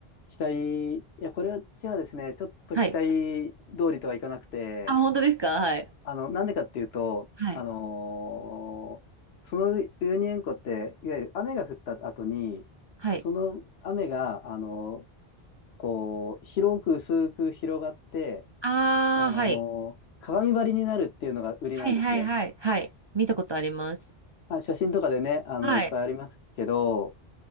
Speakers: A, on the left; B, on the right.
A: 期待、いや、これはですね、ちょっと期待通りとはいかなくて、
B: はい。あ、本当ですかはい。
A: あの、なんでかっていうと、
B: はい。
A: あのーそのウユニ塩湖って、いわゆる雨が降った後に、
B: はい。
A: その雨が、あのーこう、広く薄く広がって、
B: ああ、
A: あのー鏡張りになるっていうのが売りなんですね。
B: はい。はいはいはい。はい。見たことあります。
A: あ、写真とかでね、あの、
B: はい。
A: いっぱいありますけど、